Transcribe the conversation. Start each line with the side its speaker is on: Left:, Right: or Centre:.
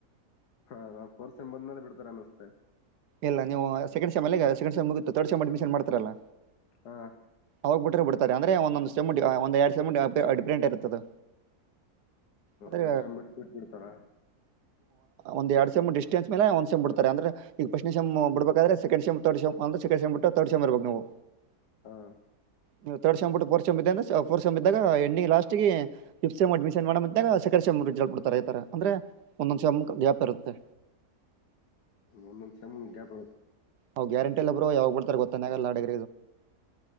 Left: ಹ ಪರ್ಸೆಮ್ ಬಂದ ಮೇಲೆ ಬಿಡ್ತಾರೆ ಅನ್ನಸ್ೆ
Right: ಇಲ್ಲ ನೀವು ಸೆಕಂಡ್ ಸೆಮ ಎಲ್ಲ ಸೆಕಂಡ್ ಸೆ್ ಮುಗರ್ಡ್ ಸೆಮ್ ಅಡ್ಮಿಷನ್ ಮಾಡತಾರಲ್ಲ
Left: ಹಾ
Right: ಅವಾಗ್ ಬಿಿಟ್ರೆ ಬಿಡ ಅಂದ್ರೆ ಒಂದೊಂದಂದು ಸೆಮುಂಡಿ ಒಂದ ಎರಡ್ ಸಮುಂಡಿ ಅಡ್ಪ್ರಂಟ ಇರ್ತದೆ ಅಂದ್ರೆ
Left: ಎಲ್ ಶ ಬಿಟ್ಟ ಬಿಟ್ಟ ಬಿಡ್ತಾರ
Right: ಒಂದು ಎರಡು ಸಮ್ ಿಸ್ಟೆನ್ಸ್ ಮೇಲೆ ಒಂದು ಸೆ್ ಬಿಡ್ತಾರೆ ಅಂದರೆ ಈಗ ಫಸ್ಟ್ ಸೆಮ್ ಬಿಡ್ಬೇಕಾದ್ರೆ ಸೆಕಂಡ್ೆಮ್ ತರ್ಡ್್ ಅಂದೆ ಸೆಕೆ್ೆಮ್ ಬಿಟ್ಟ ತರ್ಡ್ ಸಮ್ರ್ಬೇಕು ನೀಾವು
Left: ಹಾ
Right: ನೀವು ತರ್ಡ್ ಸೆ್ ಬಿಟ್ಟ ಫೋರ್ ಸ್್ರೆ ಫೋರ್ ಸೆ್ ಇದ್ದಾಗ ಎಣ್ಣ ಲಾಸ್ಟ್ ಫಫ ಸೆಮ್ ಅಡ್ಮಿಶನ್ ಮಾಡಾಗ ಸೆಕಂಡ್ೆಮ್ಿಸಲ್ಡ್ತಾರೆತ ಅಂದೆ ಒಂದೊಂದುೆಮ್ ಗ್ಯಾಪ್ ಇರುತ್ತೆ
Left: ಒಂದುಸ ಮುಡ್ಯಾ ಬತ್
Right: ಹ ಗ್ಯಾರಂಿ ಬ್ರು ಯಾವ್ ಬತಾರ ಗೊತ್ತಾಗಲ್ಲಾಡಗ